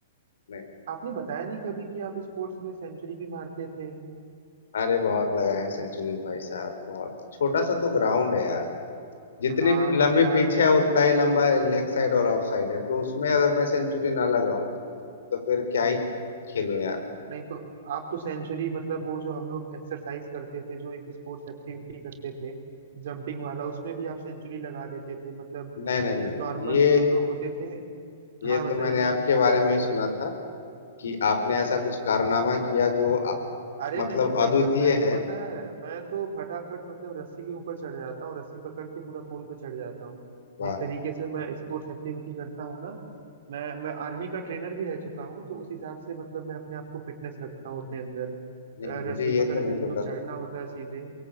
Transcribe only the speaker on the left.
नहीं
अरे बहुत लगाए हैं सेंचुरीज भाई साहब बहुत छोटा सा तो ग्राउंड है यार जितनी
लंबी
पिच
है उतना ही लंबा लेग साइड और ऑफ साइड है तो उसमें अगर मैं सेंचुरी ना लगाऊं तो फिर क्या ही खेलूं यार
नहीं नहीं नहीं
नहीं ये
ये
तो
मैंने आपके बारे में ही सुना था कि आपने ऐसा कुछ कारनामा किया जो आ,
मतलब
अद्वितीय
है
वाह
नहीं मुझे
ये
तो
नहीं
पता था